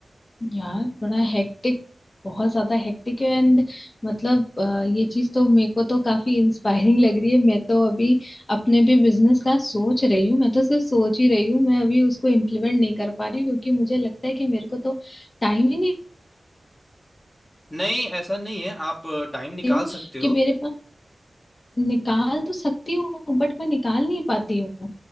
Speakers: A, on the left; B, on the left.
A: यार बड़ा हेक्टिक बहुत ज्यादा हेक्टिक है एंड मतलब अ, ये चीज तो मेरे को तो काफी इंस्पायरिंग लग रही है मैं तो अभी अपने भी बिजनेस का सोच रही हूँ मैं तो सिर्फ सोच ही रही हूँ मैं अभी उसको इम्प्लीमेंट नहीं कर पा रही हूँ, क्योंकि मुझे लगता है कि मेरे को तो टाइम ही नहीं
B: नहीं ऐसा नहीं है आप टाइम निकाल
A: हूँ
B: सकते हो
A: कि मेरे पास निकाल तो सकती हूँ बट मैं निकाल नहीं पाती हूँ